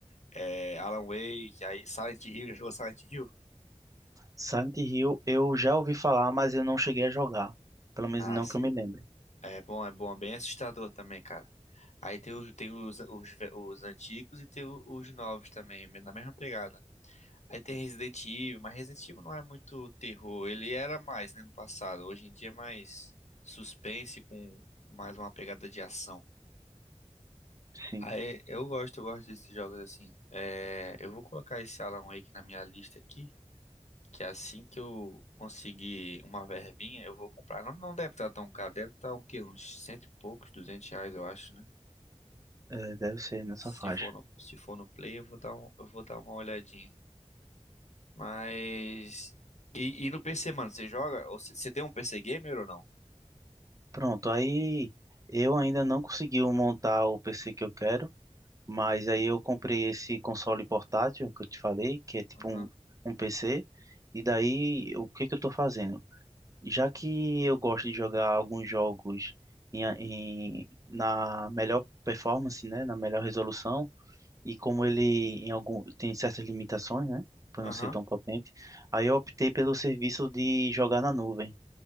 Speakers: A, on the left; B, on the right.
A: é, Alan Wake, aí Silent Hill, já jogou Silent Hill?
B: Silent Hill eu já ouvi falar, mas eu não cheguei a jogar. Pelo menos
A: Ah,
B: não
A: sim.
B: que eu me lembre.
A: É bom, é bom, é bem assustador também, cara. Aí tem os, tem os, os, ve- os antigos e tem o- os novos também, na mesma pegada. Aí tem Resident Evil, mas Resident Evil não é muito terror, ele era mais, né, no passado. Hoje em dia é mais suspense com mais uma pegada de ação.
B: Sim,
A: Aí eu gosto, eu gosto desses jogos assim. É, eu vou colocar esse Alan Wake na minha lista aqui. que assim que eu conseguir uma verbinha, eu vou comprar. Não, não deve estar tão caro, deve estar um quê? Uns cento e poucos, duzentos reais, eu acho, né?
B: é, deve ser nessa
A: Se
B: faixa.
A: for no, se for no Play, eu vou dar um, eu vou dar uma olhadinha. Mas. E, e no PC, mano, você joga? Ou você você tem um PC gamer ou não?
B: Pronto, aí eu ainda não consegui montar o PC que eu quero, mas aí eu comprei esse console portátil que eu te falei, que é tipo
A: Aham.
B: um, um PC. E daí, o que que eu tô fazendo? Já que eu gosto de jogar alguns jogos em, a- em- na melhor performance, né, na melhor resolução, e como ele em algum tem certas limitações, né, por
A: Aham.
B: não ser tão potente, aí eu optei pelo serviço de jogar na nuvem.